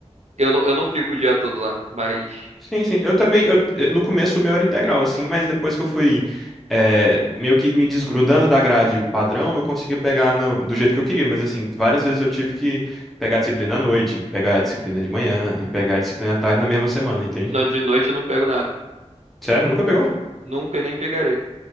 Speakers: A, on the right; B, in the centre.
A: eu não, eu não fico o dia todo lá. Mas
B: Sim, sim. Eu também. Eu, eh, no começo o meu era integral, assim, mas depois que eu fui eh, meio que me desgrudando da grade padrão, eu conseguia pegar no- do jeito que eu queria. Mas assim, várias vezes eu tive que pegar a disciplina à noite, pegar a disciplina de manhã e pegar a disciplina à tarde na mesma semana, entende?
A: não, de noite eu não pego nada.
B: Sério, nunca pegou?
A: Nunca e nem pegarei.